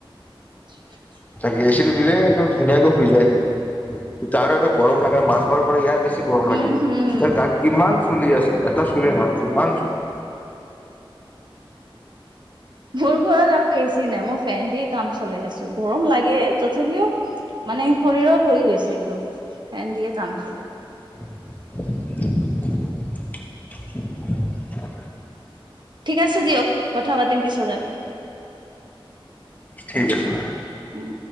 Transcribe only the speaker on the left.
তাক এ চি টো দিলে, একদম ধুনীয়াকে শুই যায় সি। তাৰ এটা গৰম লাগে মানুহৰ পৰা ইয়াৰ বেছি গৰম
লাগিবই,
তাৰ গাত কিমান চুলি আছে, এটা চুলি নহয় কিমান চুলি।
<inaudible>
ঠিক আছে